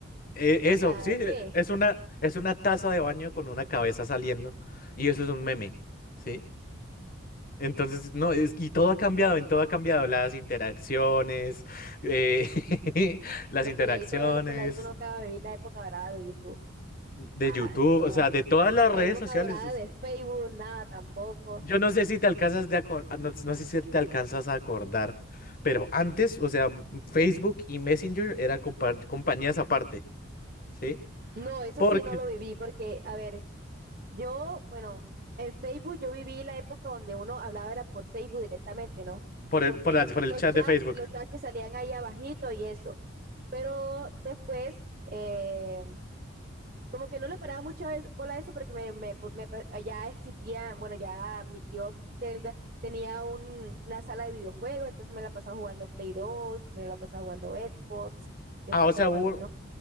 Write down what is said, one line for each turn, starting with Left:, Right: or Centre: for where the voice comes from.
Left: Eh, eso,
Right: O sea,
Left: sí, eh,
Right: ¿qué?
Left: es una, es una taza de baño con una cabeza saliendo y eso es un meme, ¿sí? Entonces, no, es, y todo ha cambiado, en todo ha cambiado, las interacciones, eh, <laughs> las
Right: Los
Left: interacciones
Right: peladitos, los peladitos nunca van a vivir la época dorada de YouTube.
Left: de
Right: Ah,
Left: YouTube,
Right: eso
Left: o
Right: no.
Left: sea, de todas las
Right: La
Left: redes
Right: época
Left: sociales.
Right: dorada
Left: es-
Right: de Facebook, nada tampoco.
Left: Yo no sé si te alcanzas de acor- ah, no, no sé si te alcanzas a acordar, pero antes, o sea, m- Facebook y Messenger eran compa- compañías aparte, ¿sí?
Right: No, eso
Left: Porque,
Right: sí no lo viví, porque, a ver, yo, bueno, en Facebook yo viví la época donde uno hablaba era por Facebook directamente, ¿no?
Left: por
Right: Con
Left: el, por
Right: los,
Left: la- por el
Right: los
Left: chat
Right: chats,
Left: de Facebook.
Right: los chats que salían ahí abajito y eso. Pero después, eh, como que no le paraba mucho a eso- bola a eso, porque me, me, pu- me pa- ya existía, bueno, ya mi tío tenga- tenía un, una sala de videojuegos, entonces me la pasaba jugando Play 2, me la pasaba jugando Xbox y
Left: Ah,
Right: un poco
Left: o sea,
Right: de cosas,
Left: hubo,
Right: ¿no?